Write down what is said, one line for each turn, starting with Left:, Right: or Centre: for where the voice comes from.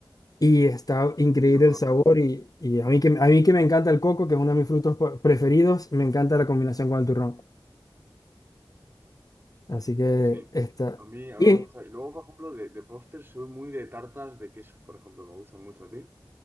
Left: Y está increíble
Right: Sí, lo conozco.
Left: el sabor y, y a mí que, a mí que me encanta el coco, que es uno de mis frutos po- preferidos, me encanta la combinación con el turrón. Así que
Right: Sí,
Left: está.
Right: sí. A mí, a mí
Left: Y
Right: me gusta. Y luego, por ejemplo, de, de póster soy muy de tartas de queso, por ejemplo. Me gustan mucho a ti.